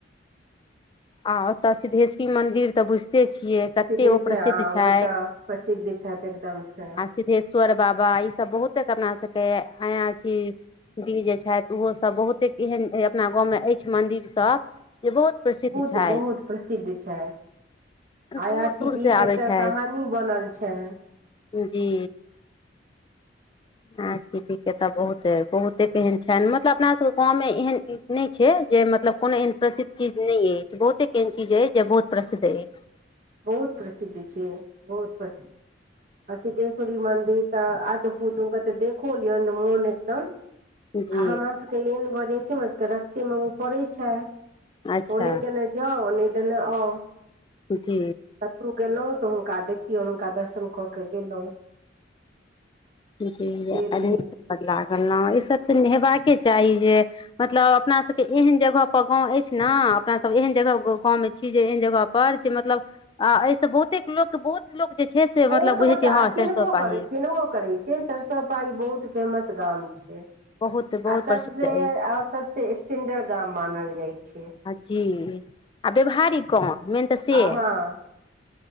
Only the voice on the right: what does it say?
सिद्धेश
आ
ओ तऽ प्रसिद्ध छथि एकदम से
त बहुत प्रसिद्ध छै आयाची
डी के
ते
कहानी बनल छैे
बहुत प्रसिद्ध छिय बहुत प्रसिद् आ सिद्धेश्वरी मन्दिर त अद्भुत उनका त देखो लियौन त मोन एकदम
आ हमरा सबके एहेन भ छै हमर सभके रस्ते मे ऊ पड़े छै
ओने देने जाओ ओने दने आओ
तू गेलहुँ त हुनका देखियौ हुनका दर्शन क के गेलहुॅँ
से रहै छै
बहुत
गोटा
चिन्हबो
करै चिन्हबो करै से सरिसब पाही बहुत फेमस गाम छै आ
सबसे
और सबसे स्टेंडर्ड गाम मानल जाइ छै
आहाँ